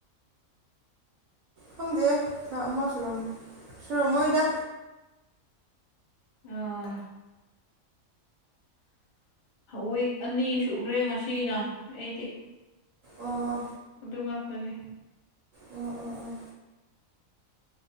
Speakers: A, on the right (about 75°); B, on the left (about 45°).
A: ꯈꯪꯗꯦ ꯊꯥ ꯑꯃ ꯁꯨꯔꯝ ꯁꯨꯔꯝꯃꯣꯏꯗ
B: ꯑꯣꯥ ꯋꯤꯛ ꯑꯅꯤ ꯁꯨꯈ꯭ꯔꯦ ꯉꯁꯤꯅ ꯑꯩꯗꯤ
A: ꯑꯣ
B: ꯑꯗꯨ ꯉꯥꯛꯇꯅꯤ
A: ꯑꯣ ꯑꯣ ꯑꯣ